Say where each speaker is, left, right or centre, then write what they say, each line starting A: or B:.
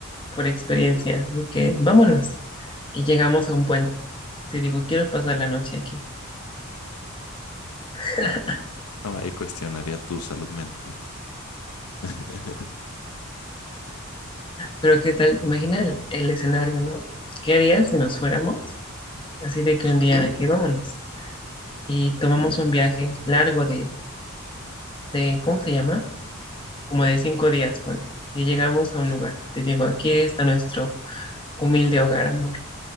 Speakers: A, on the left; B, on the left.
A: por experiencia, de que vámonos y llegamos a un puente, y te digo, quiero pasar la noche aquí. <laughs>
B: No, ahí cuestionaría tu salud mental. <laughs>
A: Pero ¿qué tal? Imagina el, el escenario, ¿no? ¿Qué harías si nos fuéramos? Así de que un día de que vámonos y tomamos un viaje largo de, de ¿cómo se llama? como de cinco días, ponle. Y llegamos a un lugar. Te digo, aquí está nuestro humilde hogar, amor.